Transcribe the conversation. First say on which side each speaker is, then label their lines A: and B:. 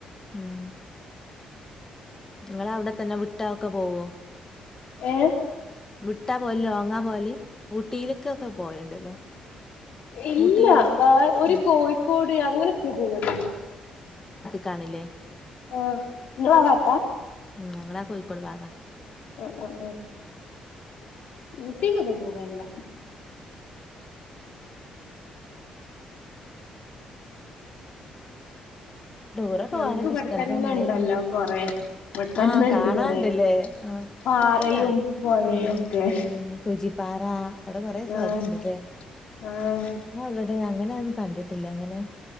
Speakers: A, on the left; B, on the left.
A: ഉം നിങ്ങള് അവിട തന്ന വിട്ടാ ഒക്ക പോവോ
B: ഏ
A: വിട്ടാ പോല് ലോങ്ങാ പോലി ഊട്ടിയിലെക്കക്ക പോയിണ്ടല്ലോ
B: ഇല്ല
A: ഊട്ടി ഭാഗം
B: വ ഒരു
A: ഉം
B: കോഴിക്കോട് അങ്ങനെ ഒക്കേ പോവുല്ലോര്ന്ന്
A: കാണില്ലേ
B: ആഹ് ഇങ്ങളാ ഭാഗത്താ
A: ഉം ഞങ്ങളാ കോയിക്കോട് ഭാഗാ
B: അ അ ആഹ് ഊട്ടിക്കൊന്നും പോവല്ല
A: ദൂര പോവാനൊക്ക
B: ഞങ്ങക്ക് ഇവിടെത്തന്നെ
A: ഇഷ്ടാണ് പ്പം മഴ
B: ഇണ്ടല്ലോ
A: ആയോണ്ട്
B: കൊറേ ഇവിടെത്തന്നെ
A: ആഹ് കാണാണ്ടില്ലേ
B: ഇണ്ട് കൊറേ
A: ആഹ്
B: പാറയും
A: അയ്യ് അത്
B: പൊഴയും
A: ആ
B: ഒക്കെ
A: ഈ സൂചിപ്പാറ അവിടെ കൊറേ സൊഖണ്ട്ട്ടേ
B: ആഹ് ആഹ്
A: അവിടെ അങ്ങനെ ഒന്നും കണ്ടിട്ടില്ല അങ്ങനെ